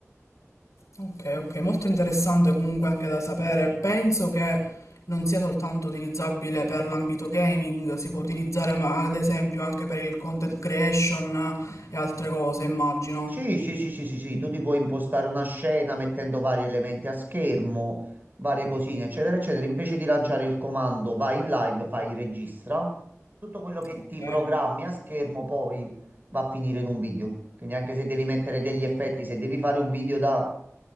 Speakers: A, on the left; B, on the right.
A: Ok, ok, molto interessante comunque anche da sapere. Penso che non sia soltanto utilizzabile per l'ambito gaming, si può utilizzare ma- ad esempio anche per il content creation e altre cose, immagino.
B: Sì, sì, sì, sì, sì, sì, tu ti puoi impostare una scena mettendo vari elementi a schermo, varie cosine, eccetera, eccetera. Invece di lanciare il comando, vai in live, fai registra. Tutto quello che
A: Ok.
B: ti programmi a schermo poi va a finire in un video. Quindi anche se devi mettere degli effetti, se devi fare un video da,